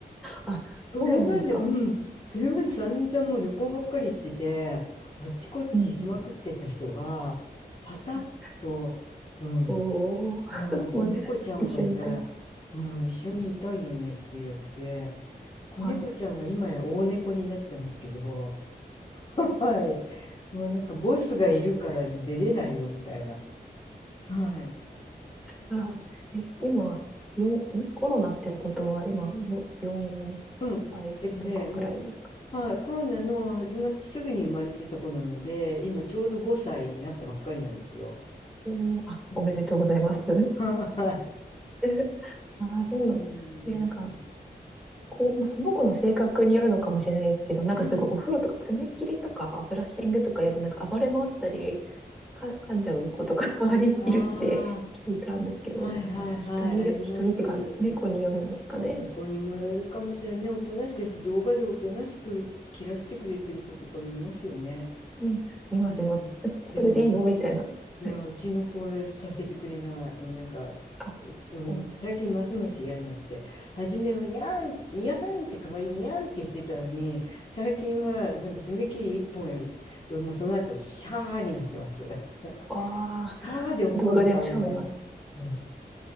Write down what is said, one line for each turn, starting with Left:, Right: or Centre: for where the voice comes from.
Centre: あ、
Left: それまで、
Centre: そうなんですか。
Left: うん。それまで散々もう旅行ばっかり行ってて、あっちこっち行きまくってた人が、
Centre: うんうん。
Left: パタッと、
Centre: はい。
Left: うん。
Centre: おー、
Left: まあ、
Centre: <laughs> もう一緒にいたい。
Left: 子猫ちゃんがいたら、うん、一緒にいたいよねっていうやつで、子猫ちゃんが今や大猫になってますけど、
Centre: はい。
Left: <laughs> はい。もうなんかボスがいるから出れないよみたいな。はい。
Centre: なるほどえ、今、よん、んコロナってことは今よ、4歳とかくらいですか
Left: うん。えっとね、もう、はい、コロナの始まってすぐに生まれてた子なので、今ちょうど5歳になったばっかりなんですよ。
Centre: おー、あ、おめでとうございます。
Left: うん。<laughs> はい。
Centre: <laughs> ああ、
Left: そうなんです。
Centre: そうなんで、なんか、こう、まあ、その子の性格によるのかもしれないですけど、なんかすごいお風呂とか爪切りとかブラッシングとかやでなんか暴れ回ったり、
Left: うん。
Centre: か、噛んじゃう子とか周まにいるって
Left: あ
Centre: <laughs> 聞いたんですけど、
Left: あ、はいはいはい、
Centre: まあ人によ、
Left: あります。
Centre: 人にっていうか、猫によるんですかね。
Left: 猫にもよるかもしれないね。おとなしく、だって動画でおとなしく切らしてくれてる子とか見ますよね。
Centre: うん、見ます、
Left: うん。
Centre: 見ます。<laughs> それでいいのみたいな。
Left: でも、いや、
Centre: はい。
Left: うちの子はさせてくれない。もうなんか、
Centre: あ、
Left: うん、
Centre: うん。
Left: 最近ますます嫌になって、初めはにゃんって、にゃんって可愛いにゃんって言ってたのに、最近はなんか爪切り一本やると、もうその後、シャーになってます。<laughs>
Centre: ああ、
Left: シャーで怒るかみたいな。
Centre: 動画でシャワーいます。
Left: うん